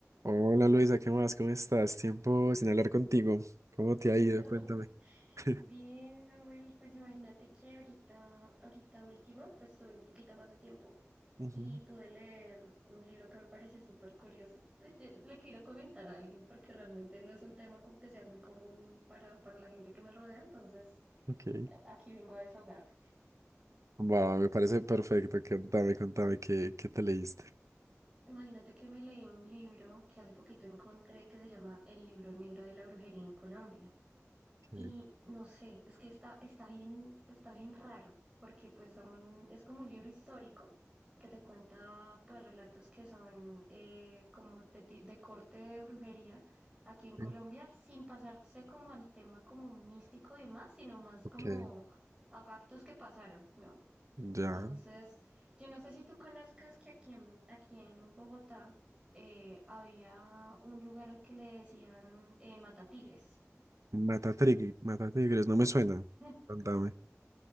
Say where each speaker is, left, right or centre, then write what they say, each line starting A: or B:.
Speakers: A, on the right; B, on the right.
A: Hola Luisa, ¿qué más? ¿Cómo estás? Tiempo sin hablar contigo. ¿Cómo te ha
B: <laughs>
A: ido? Cuéntame. <laughs>
B: Bien, Samuel, pues imagínate que ahorita, ahorita último, pues tuve un poquito más de tiempo
A: Ujú,
B: y pude leer un libro que me pareció súper curioso. <laughs> Te- te- Le quiero comentar a alguien porque realmente no es un tema como que sea muy común para, para la gente que me rodea, entonces
A: Ok.
B: eh, aquí vengo a desahogarme.
A: Va, me parece perfecto. Contame, contame, ¿qué, qué te leíste?
B: Imagínate que me leí un libro que hace poquito encontré que se llama El libro negro de la brujería en Colombia.
A: ok,
B: Y no sé, es que está, está bien, está bien raro, porque pues son, es como un libro histórico que te cuenta pues relatos que son eh, como de, ti- de corte de brujería aquí en Colombia,
A: Sí.
B: sin pasarse como al tema como místico y demás, sino más
A: ok.
B: como a factos que pasaron, ¿no?
A: Ya.
B: Entonces, yo no sé si tú conozcas que aquí en, aquí en Bogotá eh, había un lugar al que le decían eh, Matatigres.
A: Matatrigui- Matatigres, no me suena.
B: <laughs>
A: Contame.